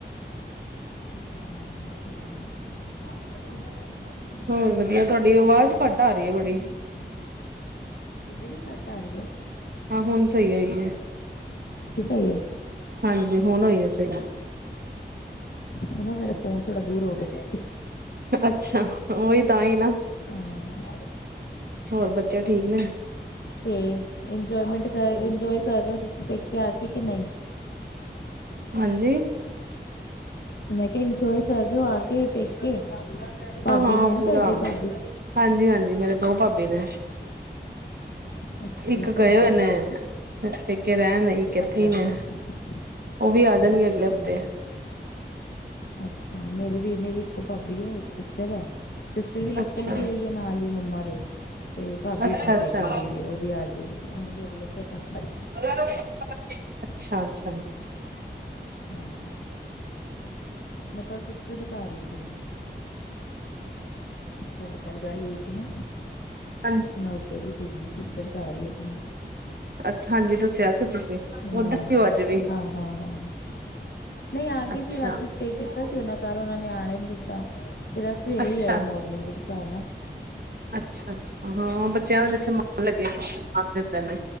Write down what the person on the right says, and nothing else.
ਹੋਰ
ਵਧੀਆ ਤੁਹਾਡੀ
ਆਵਾਜ਼
ਘੱਟ
ਆ ਰਹੀ
ਹੈ ਬੜੀ
ਹਾਂ ਹੁਣ ਸਹੀ ਹੋਈ ਹੈ
ਹਾਂਜੀ ਹੁਣ ਹੋਈ ਆ ਸਈ
ਅੱਛਾ ਉਹੀ ਤਾਂ ਹੀ ਨਾ
ਹੋਰ ਬੱਚੇ ਠੀਕ ਨੇ
ਹਾਂਜੀ
ਹਾਂ ਹਾਂ
ਪੂਰਾ
ਹਾਂਜੀ- ਹਾਂਜੀ ਮੇਰੇ ਦੋ ਭਾਬੀ ਨੇ
ਇੱਕ
ਗਏ ਹੋਏ ਨੇ ਪੇਕੇ ਰਹਿਣ ਇਕ ਐਥੇ
ਨੇ
ਉਹ ਵੀ ਆ ਜਾਣਗੇ
ਅਗਲੇ ਹਫ਼ਤੇ
ਅੱਛਾ
ਅੱਛਾ
ਅੱਛਾ
ਮ <inaudible> ਅੱਛਾ -ਅੱਛਾ
ਹਾਂਜੀ
ਅੱਛਾ ਹਾਂਜੀ ਦੱਸਿਆ ਸੀ ਤੁਸੀਂ
ਓਦਾਂ ਹੀ ਹੋ ਅੱਜ ਵੀ
ਅੱਛਾ
ਅੱਛਾ
ਅੱਛਾ- ਅੱਛਾ ਹਾਂ ਬੱਚਿਆਂ ਦਾ ਜਿੱਥੇ ਮਨ, ਲੱਗੇ ਦਿੰਦੇ ਨੇ